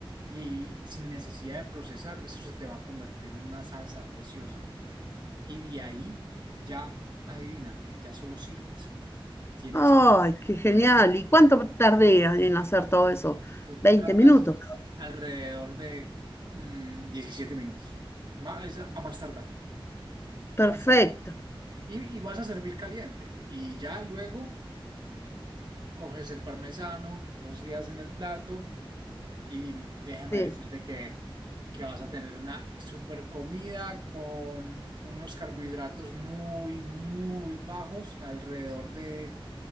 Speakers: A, on the right (about 50°); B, on the left (about 25°).
A: y sin necesidad de procesar, eso se te va a convertir en una salsa preciosa y de ahí ya, adivina, ya solo sirves. Tienes
B: Ay,
A: que
B: qué genial.
A: poner tu,
B: ¿Y cuánto tardé en hacer todo eso?
A: tú
B: 20
A: tardas
B: minutos.
A: alrededor de mm, 17 minutos, más, a más tardar, a
B: Perfecto.
A: más tardar. y, y vas a servir caliente. Y ya luego coges el parmesano, rocías en el plato y me- déjame
B: Sí.
A: decirte que, que vas a tener una super comida con unos carbohidratos muy, muy bajos, alrededor de,